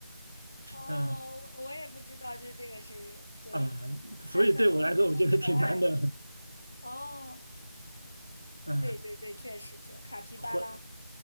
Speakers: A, on the left (about 55°); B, on the right (about 85°).
A: 哦，
B: 嗯
A: 我我也不知道，就是这个是对，
B: 啊，所以对我来说，
A: 它可能是很可爱
B: 我觉得挺难的。
A: 哦。
B: 嗯，
A: 对对对，确实是卡皮巴拉，
B: 或